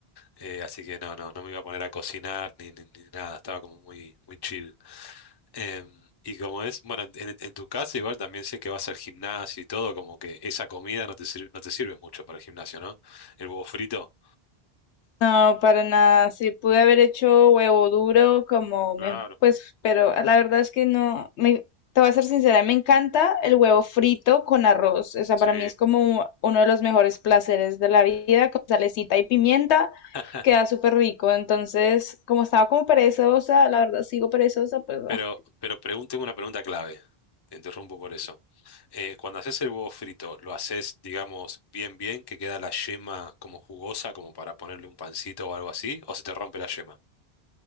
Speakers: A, on the left; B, on the left.
A: Eh, así que no, no, no me iba a poner a cocinar ni, ni- ni nada, estaba como muy, muy chill. Em, y como es, bueno, en, en tu casa igual también sé que vas al gimnasio y todo, como que esa comida no te sirve, no te sirve mucho para el gimnasio, ¿no? El huevo frito.
B: No, para nada. Sí, pude haber hecho huevo duro como
A: Claro.
B: mejor, pues, pero la verdad es que no, me, te voy a ser sincera, me encanta el huevo frito con arroz. O sea,
A: Sí.
B: para mí es como uno de los mejores placeres de la vida, con salecita y pimienta,
A: <laughs>
B: queda súper rico. Entonces, como estaba como perezosa, la verdad sigo perezosa, pues
A: Pero,
B: <laughs>
A: pero pregun- tengo una pregunta clave. Te interrumpo por eso. eh, cuando haces el huevo frito, lo haces, digamos, bien, bien, que queda la yema como jugosa, como para ponerle un pancito o algo así, o se te rompe la yema.